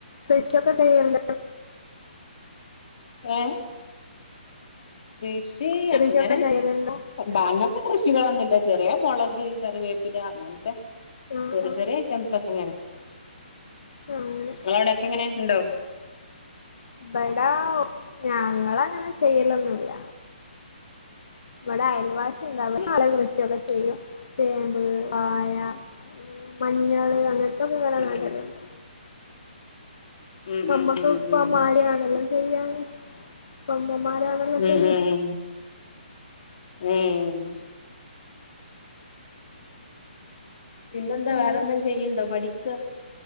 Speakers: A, on the left (about 55°); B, on the left (about 40°).
A: ശശ ഒക്ക ചെയണ്ട
B: ഏ കൃഷി
A: കൃഷിയൊക്കെ
B: അങ്ങനെ
A: ചെയ്യലുണ്ടോ
B: ഭങ്ങത്തെ ക കൃഷികളൊന്നുമല്ല ചെറിയ മുളക് കറിവേപ്പില അങ്ങനത്തെ
A: ആഹ്
B: ചെറിയ
A: ആഹ്
B: ചെറിയ ഐറ്റംസ് ഇങ്ങനെ
A: ഉം
B: നിങ്ങളവിടെക്കെ എങ്ങനെ ഉണ്ടോ
A: ഇവിടാ ഞങ്ങള അങ്ങനെ ചെയ്യലൊന്നുമില്ല നമ്മടെ അയൽവാസി ന്ത
B: ഉം
A: നളെ കൃഷിയൊക്കെ ചെയ്യും ചേമ്പ് വാഴ ഇങ്ങനെ മഞ്ഞള് അങ്ങനത്തൊക്കെ ഇങ്ങ
B: ഉം
A: നാട്ടല്ലാം ഉണ്ട്
B: ഉം
A: നമ്മക്ക്
B: ഉം
A: ഇപ്പ
B: ഉം
A: മാടാണല്ലോ ശരിയാണ് ഇപ്പം അമ്മമാരാടെല്ലാം
B: ഉം
A: ചെയ്യ
B: ഉം ഉം പിന്നെന്താ
A: അങ്ങനെ
B: വേറെ വല്ല ചെയ്യണ്ടോ പഠി ക്കാ